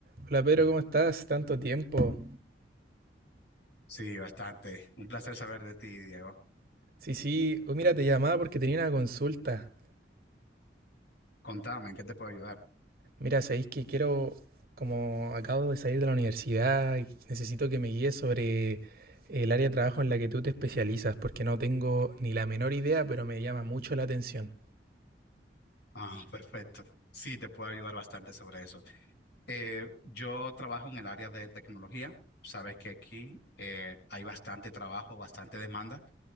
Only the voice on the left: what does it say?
Sí, bastante. Un placer saber de ti, Diego.
Contame, ¿en qué te puedo ayudar?
Ah, perfecto. Sí, te puedo ayudar bastante sobre eso. Eh, yo trabajo en el área de tecnología. Sabes que aquí eh, hay bastante trabajo, bastante demanda,